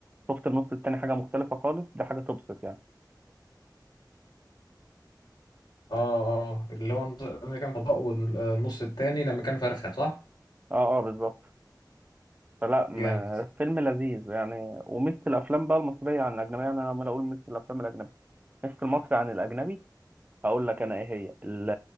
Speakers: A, on the right; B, on the left.
A: شفت النص التاني حاجه مختلفه خالص دي حاجه تبسط يعني
B: اه اه اللي هو النص- لما كان فضاء والنص التاني لما كان فرخه صح
A: اه اه بالظبط فلا م-
B: جامد
A: فيلم لذيذ يعني وميزه الافلام بقى المصريه عن الاجنبيه يعني انا لما اقول ميزه الافلام الاجنبيه ميزه المصري عن الاجنبي هقول لك انا ايه هي ال-